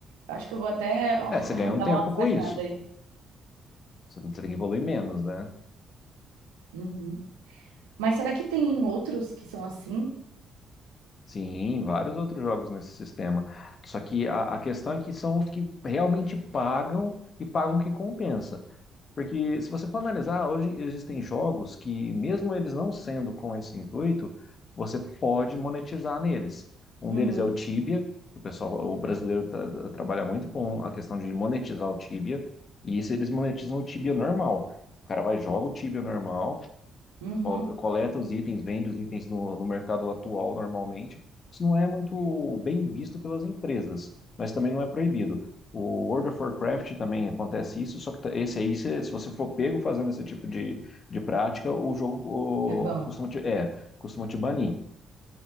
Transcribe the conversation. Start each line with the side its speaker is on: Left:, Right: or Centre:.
Right: eu acho que eu vou até <laughs>
Left: É, é, você ganha um
Right: dar
Left: tempo
Right: uma
Left: com
Right: sacada
Left: isso.
Right: aí.
Left: Você, você tem que evoluir menos, né?
Right: Uhum. Mas será que tem outros que são assim?
Left: Sim, vários outros jogos nesse sistema. Só que a, a questão é que são os que realmente pagam e pagam o que compensa. Porque se você for analisar, hoje existem jogos que, mesmo eles não sendo com esse intuito, você pode monetizar neles. Um
Right: Uhum.
Left: deles é o Tibia, que o pessoal, o brasileiro tra- tra- trabalha muito com a questão de monetizar o Tibia, e isso eles monetizam o Tibia normal. O cara vai e joga o Tibia normal,
Right: Uhum.
Left: co- coleta os itens, vende os itens no, no mercado atual normalmente. Isso não é muito bem visto pelas empresas, mas também não é proibido. O World of Warcraft também acontece isso, só que tá- esse aí, se, se você for pego fazendo esse tipo de, de prática, o jogo o,
Right: É bom.
Left: costuma te, é, costuma te banir.